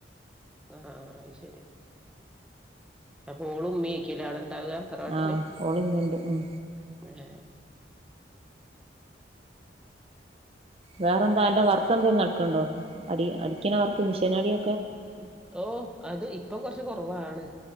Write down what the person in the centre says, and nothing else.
ആ ആ ശരി അപ്പൊ ഓള ഉമ്മിക്കല അട ഉണ്ടാവുക തറവാട്ടല്
ഏ
ഉ ഓ അത് ഇപ്പം കൊറച്ച് കുറവാണ്